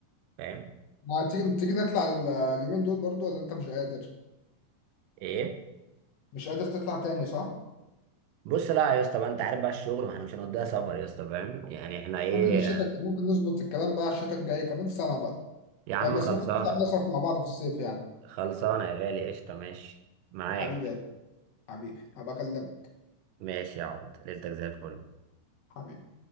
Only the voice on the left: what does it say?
ما تيجي تيجي نطلع ال- اليومين دول برضه ولا انت مش قادر؟
مش قادر تطلع تاني صح؟
ممكن الشتاء ممكن نظبط الكلام بقى الشتاء الجاي كمان سنة بقى
فاهم بس
ممكن نطلع مصيف مع بعض في الصيف يعني
حبيبي يا جدع، حبيبي هبقى اكلمك
حبيبي